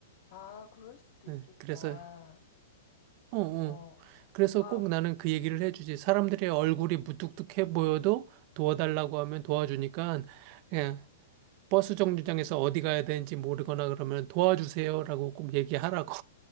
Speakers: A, on the left; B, on the right.
A: 아, 그럴 수도 있겠다.
B: 응, 그래서 어, 어.
A: 어,
B: 그래서
A: 아,
B: 꼭 나는 그 얘기를
A: 음.
B: 해주지. 사람들의 얼굴이 무뚝뚝해 보여도 도와달라고 하면 도와주니까 그냥 버스 정류장에서 어디 가야 되는지 모르거나 그러면 도와주세요라고 꼭 얘기하라고.